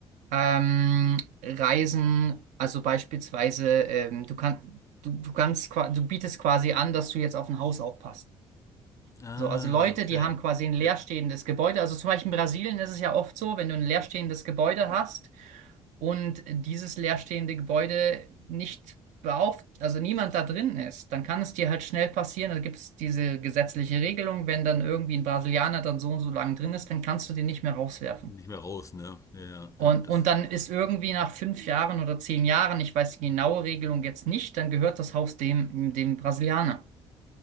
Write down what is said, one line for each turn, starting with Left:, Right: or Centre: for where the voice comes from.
Right: Ähm, Reisen, also beispielsweise, ähm, du kannst, du, du kannst, qua- du bietest quasi an, dass du jetzt auf ein Haus aufpasst.
Left: Ah,
Right: So, also Leute,
Left: okay.
Right: die haben quasi ein leerstehendes
Left: Ja.
Right: Gebäude. Also zum Beispiel in Brasilien ist es ja oft so, wenn du ein leerstehendes Gebäude hast und dieses leerstehende Gebäude nicht beauf, also niemand da drin ist, dann kann es dir halt schnell passieren. Da gibt es diese gesetzliche Regelung, wenn dann irgendwie ein Brasilianer dann so und so lang drin ist, dann kannst du den nicht mehr rauswerfen.
Left: Nicht mehr raus, ne? Ja, ja,
Right: Und,
Left: ja, das.
Right: und dann ist irgendwie nach fünf Jahren oder zehn Jahren, ich weiß die genaue Regelung jetzt nicht, dann gehört das Haus dem, dem Brasilianer.